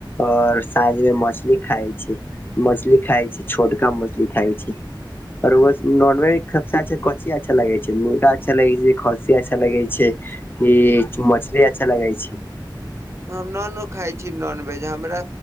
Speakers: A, on the left; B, on the right.
A: और साँझ मे मछ छली खाइ छी मछली खाइ छी छोटका मछली खाइ छी। आ रौवा स नॉनवेज सबसे कोनची अच्छा लगे छै मुर्गा अच्छा लगे छै खस्सी अच्छा लगे छै? कि मछली अच्छा लगे छै।
B: हम न नु खाइ छी नॉनवेज हमरा